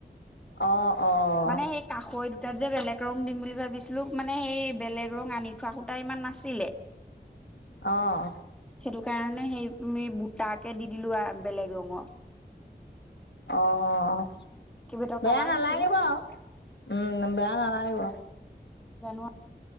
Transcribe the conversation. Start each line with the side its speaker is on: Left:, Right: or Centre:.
Left: অঁ অঁ
Centre: মানে সেই কাষৈ তাত যে বেলেগ ৰং দিম বুলি ভাবিছিলো মানে সেই বেলেগ ৰং আনি থোৱা সূতা ইমান নাছিলে।
Left: আহ।
Centre: সেইটো কাৰণে সেই আমি বুটাকে দি দিলো বেলেগ ৰঙৰ
Left: অঁ
Centre: কেইবাটাও
Left: বেয়া
Centre: কালাৰ
Left: নালাগিব
Centre: দিছো
Left: আৰু উম বেয়া নালাগিব
Centre: জানোৱা